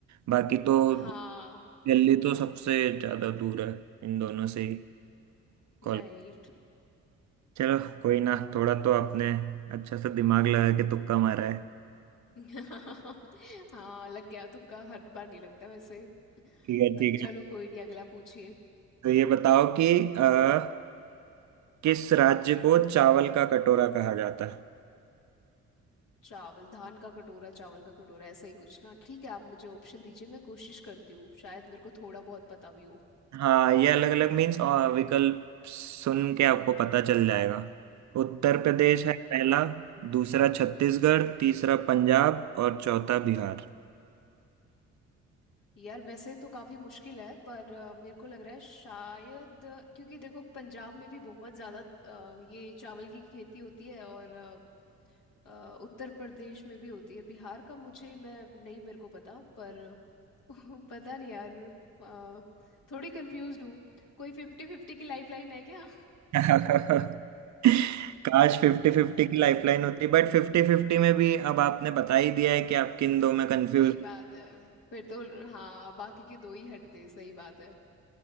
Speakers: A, on the right; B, on the left.
A: बाकी तो
B: हाँ
A: दिल्ली तो सबसे ज्यादा दूर है इन दोनों से ही कॉल
B: राइट
A: चलो कोई ना थोड़ा तो आपने अच्छा सा दिमाग लगा के तुक्का मारा है
B: <laughs> हाँ लग गया तुक्का हर बार नहीं लगता वैसे
A: ठीक है
B: पर
A: ठीक
B: चलो
A: है
B: कोई नहीं अगला पूछिए
A: तो ये बताओ कि अ, किस राज्य को चावल का कटोरा कहा जाता है
B: चावल धान का कटोरा चावल का कटोरा ऐसा ही कुछ ना ठीक है आप मुझे ऑप्शन दीजिए मैं कोशिश करती हूँ शायद मेरे को थोड़ा बहुत पता भी हो
A: हाँ ये अलग अलग मीन्स और विकल्प सुन के आपको पता चल जाएगा उत्तर प्रदेश है पहला दूसरा छत्तीसगढ़ तीसरा पंजाब और चौथा बिहार
B: यार वैसे तो काफी मुश्किल है पर अ, मेरे को लग रहा है शायद अ, क्योंकि देखो पंजाब में भी बहुत ज्यादा अ, ये चावल की खेती होती है और अ, अ, उत्तर प्रदेश में भी होती है बिहार का मुझे मैं नहीं मेरे को पता पर <laughs> पता नहीं यार अ, थोड़ी कंफ्यूज हूँ कोई फिफ्टी फिफ्टी की लाइफ लाइन है क्या
A: <laughs> काश फिफ्टी फिफ्टी
B: <laughs>
A: की लाइफलाइन होती बट फिफ्टी फिफ्टी में भी अब आपने बता ही दिया है कि आप किन दो में कंफ्यूज
B: सही बात है फिर तो हाँ बाकी के दो ही हटते सही बात है